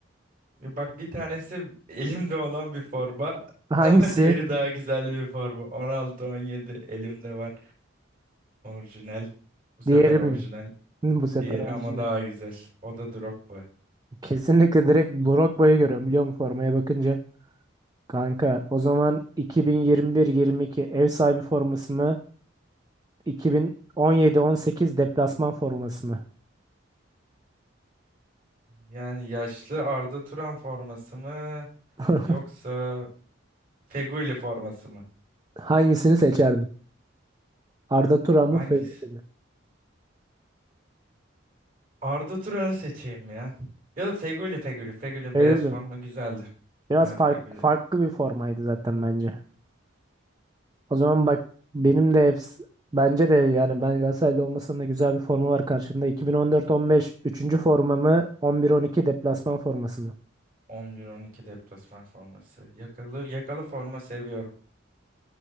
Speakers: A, on the right (about 45°); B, on the right (about 20°).
A: E Bak bir tanesi elimde olan bir forma <laughs>
B: <laughs> Hangisi?
A: ama diğeri daha güzel bir forma. 16-17 elimde var. Orijinal. Bu sefer
B: Diğeri
A: orijinal.
B: mi? Hı, Bu sefer
A: Diğeri
B: orijinal.
A: ama daha güzel. O da Drogba.
B: Kesinlikle direkt Drogba'yı görüyorum biliyor musun formaya bakınca. Kanka o zaman 2021-22 ev sahibi forması mı? 2017-18 deplasman forması mı?
A: Yani yaşlı Arda Turan forması mı?
B: <laughs>
A: Yoksa Feguli forması mı?
B: Hangisini seçerdin? Arda Turan mı?
A: Hangisi?
B: Feghouli mi?
A: Arda Turan'ı seçeyim ya. Ya da Feguli Feguli. Feguli
B: Feghouli.
A: beyaz forma güzeldi.
B: Biraz
A: Ben
B: fark-
A: Feguli
B: farklı bir formaydı zaten bence. O zaman bak benim de efs- bence de yani ben Galatasaraylı olmasam da güzel bir forma var karşımda. 2014-15 üçüncü formamı 11-12 deplasman forması mı?
A: 11-12 deplasman forması. Yakalı, yakalı forma seviyorum.